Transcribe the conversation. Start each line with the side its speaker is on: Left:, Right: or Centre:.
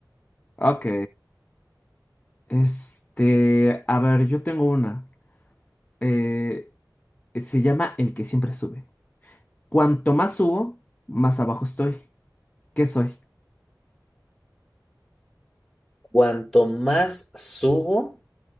Left: Ok. Este, a ver, yo tengo una. Eh, Se llama el que siempre sube. Cuanto más subo, más abajo estoy. ¿Qué soy?
Centre: Cuanto más subo,